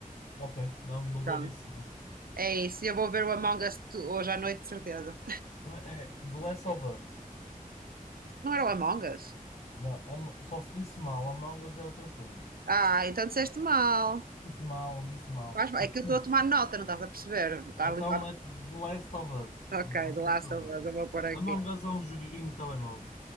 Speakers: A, on the left; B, on the right.
A: ok. Não, vou
B: Pronto.
A: ver isso logo.
B: É isso. E Eu vou ver o Among Us tu- hoje à noite, de certeza.
A: Não, É, The Last of Us.
B: Não era o Among Us?
A: Não, Am- só se disse mal, Among Us é outra coisa.
B: Ah, então disseste mal.
A: Disse mal, disse mal.
B: Faz mal.
A: <laughs>
B: É que eu estou a tomar nota, não estás a perceber? Está
A: Então
B: ali, está...
A: é The Last of Us.
B: Ok,
A: The Last
B: The Last
A: of
B: of
A: Us.
B: Us, eu vou pôr aqui.
A: Among Us é um joguinho de telemóvel.